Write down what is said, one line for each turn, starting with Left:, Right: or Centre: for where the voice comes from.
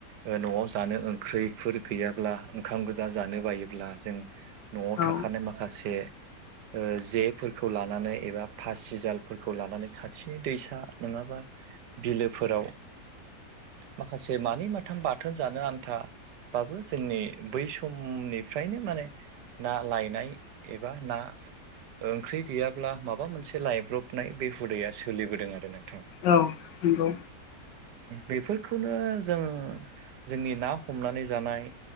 Right: ओ न'आव जानो ओंख्रैफोर गैयाब्ला ओंखाम गोजा जानो बायोब्ला जों न'आव
Left: औ
Right: थाखानाय माखासे ओ जेफोरखौ लानानै एबा फासिजालफोरखौ लानानै खाथिनि दैसा नङाबा बिलोफोराव माखासे मानै माथाम बाथोन जानो आन्था बाबो जोंनि बै समनिफ्रायनो माने ना लायनाय एबा ना ओंख्रि गैयाब्ला माबा मोनसे लायब्रबनाय बे हुदाया सोलिबोदों आरो नों
Left: औ नंगौ।
Right: बेफोरखौनो जों जोंनि ना हमनानै जानाय